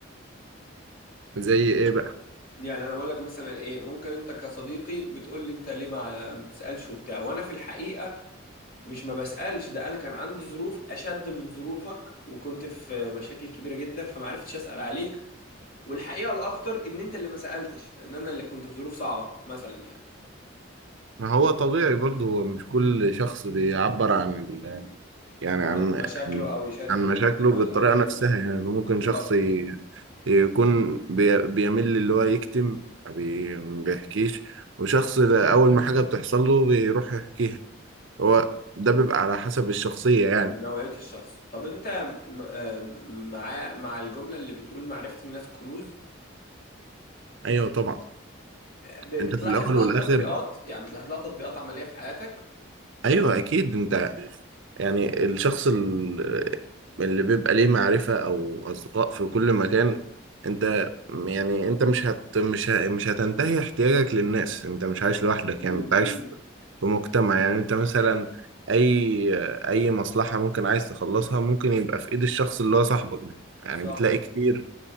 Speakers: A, on the right; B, on the left.
A: زي ايه بقى
B: يعني أنا بقول لك مثلا إيه ممكن أنت كصديقي بتقول لي أنت ليه ما ما بتسألش وبتاع وأنا في الحقيقة مش ما بسألش ده أنا كان عندي ظروف أشد من ظروفك وكنت في مشاكل كبيرة جدا فما عرفتش أسأل عليك والحقيقة الأكتر إن أنت اللي ما سألتش لأن أنا اللي كنت في ظروف صعبة مثلا يعني
A: ما هو طبيعي برضه هو مش كل شخص بيعبر عن يعني
B: م-
A: عن
B: مشاكله أو يشارك
A: عن
B: الحاجات
A: مشاكله
B: دي مع
A: بالطريقة
B: الآخرين
A: نفسها
B: أه
A: يعني ممكن شخص
B: أه
A: ي- يكون بي- بيميل اللي هو يكتم ما بي- ما بيحكيش وشخص لا- أول ما حاجة بتحصل له بيروح يحكيها هو ده بيبقى على حسب الشخصية يعني
B: نوعية الشخص طب انت م- آه، مع مع الجملة اللي بتقول معرفة الناس كنوز
A: أيوه طبعا
B: ب-
A: أنت
B: بتلاحظ
A: في الأول
B: لها
A: والآخر
B: التطبيقات يعني بتلاحظ لها تطبيقات عملية في حياتك
A: أيوه أكيد أنت يعني الشخص ال- اللي بيبقى ليه معرفة أو أصدقاء في كل مكان أنت يعني أنت مش هت مش ه... مش هتنتهي احتياجك للناس أنت مش عايش لوحدك
B: امم
A: يعني أنت عايش في في مجتمع يعني أنت مثلا أي أي مصلحة ممكن عايز تخلصها ممكن يبقى في إيد الشخص اللي هو صاحبك ده يعني
B: صح
A: بتلاقي كتير